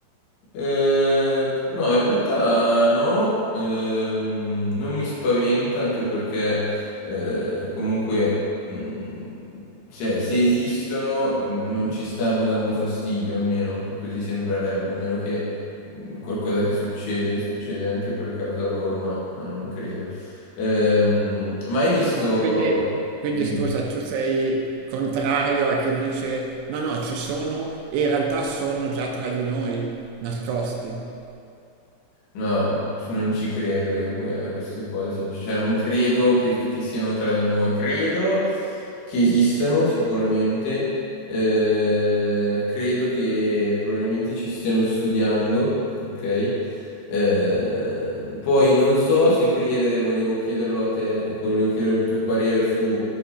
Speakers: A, on the left (about 70°); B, on the right (about 80°).
A: Eh, no, in realtà no, ehm, non mi spaventa anche perché eh, comunque mh, cioè, se esistono mh, non ci stanno dando fastidio, almeno così sembrerebbe, almeno che mh, qualcosa che succede succede anche per causa loro, ma, ma non credo. Ehm, ma hai visto...
B: Ma Quindi, quindi
A: Dimmi.
B: scusa, tu sei contrario a chi dice no, no, ci sono e in realtà sono già tra di noi nascosti.
A: No, non ci credo io que- a queste cose, sincer- cioè non credo che, che siano tra di noi, credo che esistano sicuramente, eh, credo che probabilmente ci stiano studiando, ok? Eh, poi non so se credere, volevo chiederlo a te, volevo chiedere il tuo parere su